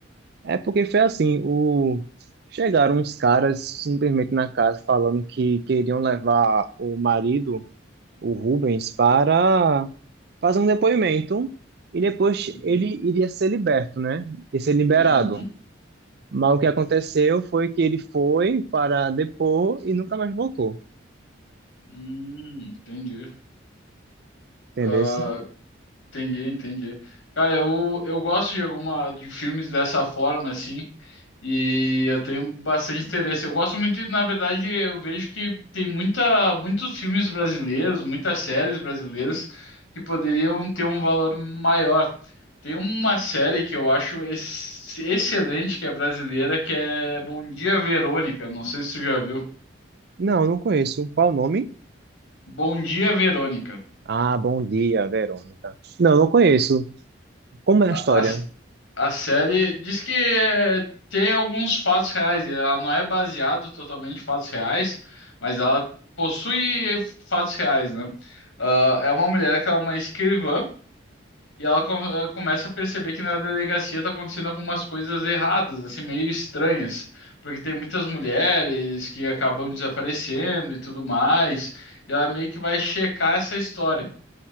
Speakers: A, on the right (about 55°); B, on the left (about 85°).
A: É porque foi assim: o... chegaram uns caras simplesmente na casa falando que queriam levar o marido, o Rubens, para fazer um depoimento e depois
B: Uhum.
A: ele iria ser liberto, né? E ser liberado.
B: Uhum.
A: Mas o que aconteceu foi que ele foi para depor e nunca mais voltou.
B: Hum, entendi.
A: Entendesse?
B: Ah, Entendi, entendi. Cara, eu, eu gosto de alguma de filmes dessa forma assim, e eu tenho bastante interesse. Eu gosto muito, de- na verdade, eu vejo que tem muita muitos filmes brasileiros, muitas séries brasileiras que poderiam ter um valor maior. Tem uma série que eu acho ex- excelente que é brasileira, que é Bom Dia Verônica. Não sei se você já viu.
A: Não, não conheço. Qual o nome?
B: Bom Dia Verônica.
A: Ah, bom dia, Verônica. Não, não conheço. Como é
B: A,
A: a história?
B: a- A série diz que é, tem alguns fatos reais. Ela não é baseada totalmente em fatos reais, mas ela possui fatos reais, né? Ah, é uma mulher que é uma escrivã e ela co- eh, começa a perceber que na delegacia tá acontecendo algumas coisas erradas, assim, meio estranhas, porque tem muitas mulheres que acabam desaparecendo e tudo mais. E ela meio que vai checar essa história.